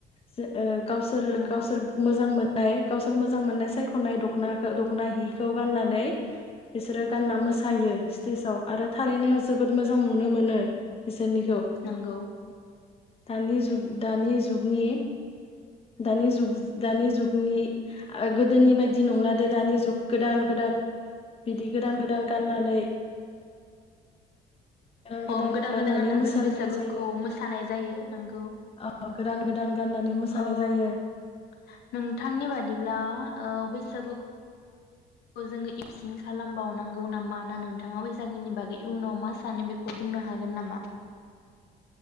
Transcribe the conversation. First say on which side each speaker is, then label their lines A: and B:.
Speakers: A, on the left; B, on the left.
A: जो ओ गावसोर
B: नंगौ
A: गावसोर मोजां मोन नाय गावसोर मोजां मोननाय सायख'नाय दख'नाखो दख'ना हिखौ गाननानै बिसोरो गानना मोसायो स्टेजाव। आरो थारैनो जोबोद मोजां नुनो मोनो बिसोरनि
B: नंगौ।
A: दानि जुग दानि जुगनि दानि जुग दानि जुगनि आ गोदोनि बायदि नंला दे दानि जुग गोदान गोदान बिदि गोदान गोदान गाननानै गोदान
B: अं गोदान गोदान गाननानै
A: मोसानो
B: जों बैसागुखौ
A: जायो
B: मोसानाय जायो नंगौ।
A: ओ गोदान गोदान। गाननानै मोसानाय
B: ओं
A: जायो
B: नोंथांनि बादिब्ला ओ बैसागु खौ जोङो एबसिन खालामबावनांगौ नामा ना नोंथाङा बैसागुनि बागै इयुनाव मा सानो बेखौ बुंनो हागोन नामा?